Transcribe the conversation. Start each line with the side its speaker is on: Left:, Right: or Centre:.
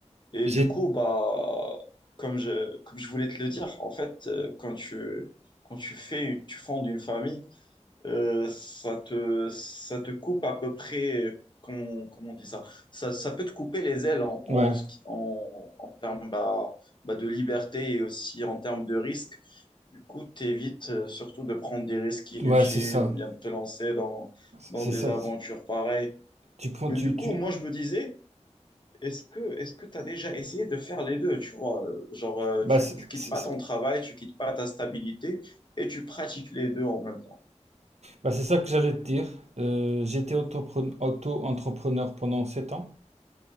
Left: Et
Right: j'ai,
Left: du coup, bah, comme je, comme je voulais te le dire, en fait, euh, quand tu, quand tu fais, une- tu fondes une famille, euh, ça te, ça te coupe à peu près, euh, comment, comment on dit ça? Ça, ça peut te couper les ailes en, en,
Right: ouais,
Left: ce qui- en, en termes bah, bah, de liberté et aussi en termes de risque. Du coup, t'évites euh, surtout de prendre des risques inutiles
Right: ouais, c'est ça,
Left: ou bien de te lancer dans, dans
Right: c'est
Left: des
Right: ça.
Left: aventures pareilles.
Right: Tu prends,
Left: Mais
Right: tu,
Left: du
Right: tu,
Left: coup, moi, je me disais, est-ce que est-ce que tu as déjà essayé de faire les deux, tu vois, euh, genre euh,
Right: bah,
Left: tu,
Right: c'est
Left: tu quittes
Right: c'est-
Left: pas ton travail, tu quittes pas ta stabilité et tu pratiques les deux en même temps.
Right: bah, c'est ça que j'allais te dire. Euh, j'étais autopre- auto-entrepreneur pendant sept ans.